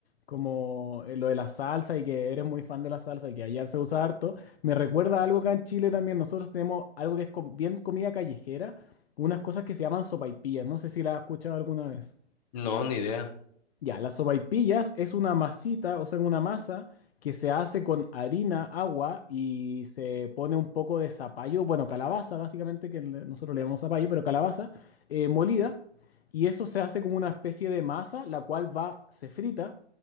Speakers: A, on the left; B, on the left.
A: como eh, lo de la salsa y que eres muy fan de la salsa y que allá se usa harto, me recuerda a algo acá en Chile también. Nosotros tenemos algo que es co- bien comida callejera, unas cosas que se llaman sopaipillas. No sé si las has escuchado alguna vez.
B: No, ni idea.
A: Ya, las sopaipillas es una masita, o sea, una masa que se hace con harina, agua y se pone un poco de zapallo, bueno, calabaza básicamente, que le- nosotros le llamamos zapallo, pero calabaza eh, molida. Y eso se hace como una especie de masa, la cual va, se frita.